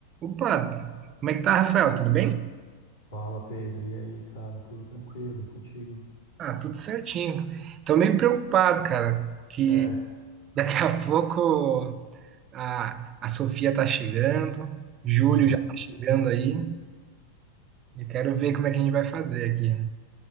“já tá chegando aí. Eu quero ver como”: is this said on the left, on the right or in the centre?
Right